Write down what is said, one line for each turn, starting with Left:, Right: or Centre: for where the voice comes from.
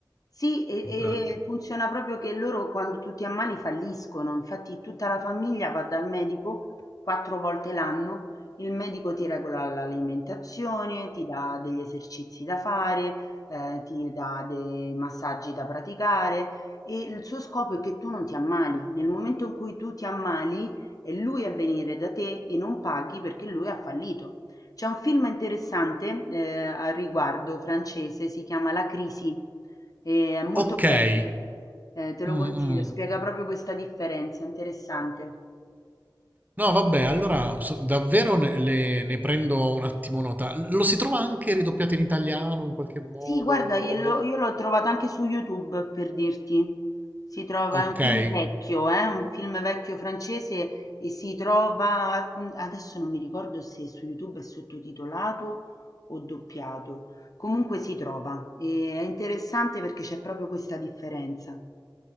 Left: Sì, e
Right: in pratica.
Left: e funziona proprio che loro quando tu ti ammali falliscono, infatti tutta la famiglia va dal medico 4 volte l'anno, il medico ti regola l'alimentazione, ti dà degli esercizi da fare, eh, ti dà dei massaggi da praticare e il suo scopo è che tu non ti ammali. Nel momento in cui tu ti ammali è lui a venire da te e non paghi perché lui ha fallito. C'è un film interessante, eh, al riguardo francese, si chiama La Crisi e è molto
Right: Okay.
Left: bello, eh, te lo
Right: Mh-mh.
Left: consiglio, spiega proprio questa differenza, interessante.
Right: No vabbè, allora so davvero ne le ne prendo un attimo nota. L lo si trova anche ridoppiato in italiano in qualche modo
Left: Sì, guarda,
Right: o
Left: io l'ho
Right: è
Left: io l'ho trovato anche su YouTube per dirti. Si trova,
Right: okay,
Left: è un film vecchio, eh, un film vecchio francese e si trova, mh, adesso non mi ricordo se su YouTube è sottotitolato o doppiato, comunque si trova e è interessante perché c'è proprio questa differenza.